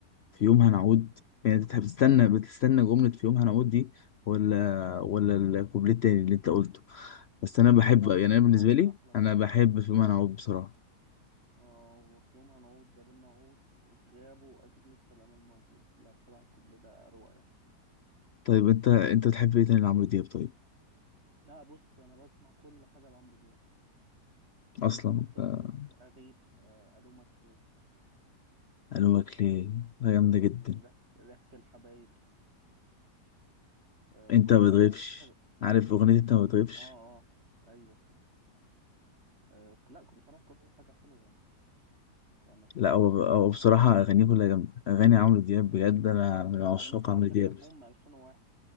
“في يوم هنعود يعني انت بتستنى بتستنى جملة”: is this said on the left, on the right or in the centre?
Left